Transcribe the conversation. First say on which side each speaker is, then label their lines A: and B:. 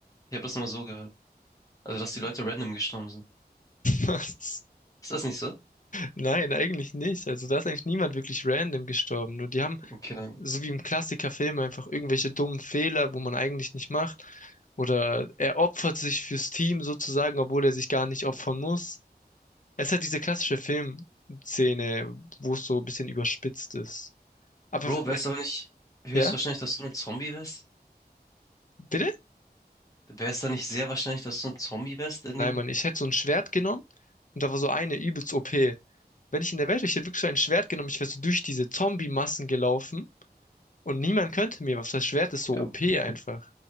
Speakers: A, on the left; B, on the left.
A: Ich habe das nur so gehört. Also, dass
B: <laughs>
A: die Leute random gestorben sind.
B: Was?
A: Ist das nicht so?
B: Nein, eigentlich nicht. Also da ist eigentlich niemand wirklich random gestorben. Nur die haben,
A: Okay, dann.
B: so wie im Klassikerfilm, einfach irgendwelche dummen Fehler, wo man eigentlich nicht macht. Oder er opfert sich fürs Team sozusagen, obwohl er sich gar nicht opfern muss. Es hat diese klassische Filmszene, wo es so ein bisschen überspitzt ist. Aber,
A: Bro,
B: w-
A: wär's aber nicht höchstwahrscheinlich,
B: ja,
A: dass du ein Zombie wärst?
B: bitte?
A: Wär's da nicht sehr wahrscheinlich, dass du ein Zombie wärst in
B: Nein,
A: dem,
B: Mann, ich hätte so ein Schwert genommen und da war so eine übelst OP. Wenn ich in der Welt wäre, ich hätte wirklich so ein Schwert genommen, ich wäre so durch diese Zombie-Massen gelaufen und niemand könnte mir was. Das Schwert ist so
A: äh,
B: OP einfach.